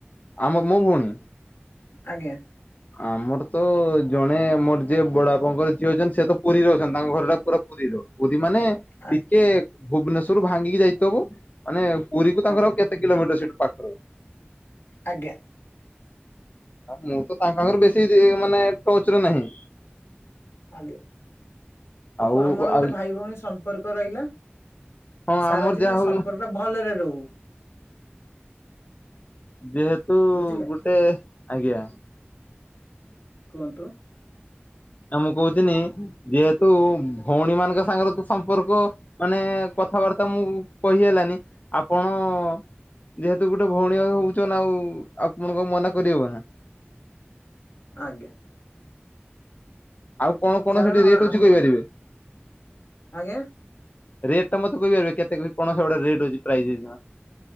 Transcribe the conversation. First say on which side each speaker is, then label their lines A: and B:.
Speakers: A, on the left (about 40°); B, on the left (about 70°).
A: ଆମ ମୋ ଭଉଣୀ
B: ଆଜ୍ଞା।
A: ଆମର ତ ଜଣେ ମୋର ଯିଏ ବଡ଼ ବାପାଙ୍କର ଝିଅ ଅଛନ୍ତି ସିଏ ତ ପୁରୀରେ ଅଛନ୍ତି ତାଙ୍କ ଘର ଟା ପୁରା ପୁରୀର ପୁରୀ ମାନେ
B: ଆ
A: ଟିକେ ଭୁବନେଶ୍ଵରରୁ ଭାଙ୍ଗିକି ଯାଇଥବୁ ମାନେ ପୁରୀକୁ ତାଙ୍କର
B: ଆଜ୍ଞା
A: ଆଉ କେ ତେ କେତେକିଲୋମିଟର ସେଠୁ ପାଖ
B: ଆଜ୍ଞା।
A: ମୁଁ ତ ତାଙ୍କ ଆଗରେ ବେଶୀ ମାନେ ଟଚ୍‌ରେ ନାହିଁ।
B: ଆଜ୍ଞା
A: ଆଉ
B: ହଉ ଆମର
A: ଆଉ
B: ଗୋଟେ ଭାଇ ଭଉଣୀ ସମ୍ ପର୍କ ରହିଲା
A: ହଁ
B: ସାରା
A: ଆମର
B: ଜୀବନ
A: ଯାହା
B: ସମ୍ପର୍କ ଟା ଭଲରେ ରହୁ।
A: ଯେହେତୁ
B: ବୁଝିଲେ
A: ଗୋଟେ ଆଜ୍ଞା
B: କୁହନ୍ତୁ।
A: ନା ମୁଁ କହୁଥିନି ଯେହେତୁ ଭଉଣୀ ମାନଙ୍କ ସାଙ୍ଗରେ ତ ସମ୍ପର୍କ ମାନେ କଥାବାର୍ତ୍ତା ମୁଁ କହି ହେଲାନି ଆପଣ ଯେହେତୁ ଗୋଟେ ଭଉଣୀ ହଉଛନ ଆଉ ଆପଣଙ୍କ ମନା କରିହବ ନା?
B: ଆଜ୍ଞା।
A: ଆଉ କଣ କଣ
B: କାରଣ
A: ସେଠି ରେଟ୍
B: ଆମ
A: ଅଛି କହିପାରିବେ?
B: ଆଜ୍ଞା?
A: ରେଟ ଟା ମତେ କହିପାରିବେ କେତେ କଣ ରେଟ୍ ଅଛି ପ୍ରାଇଜ୍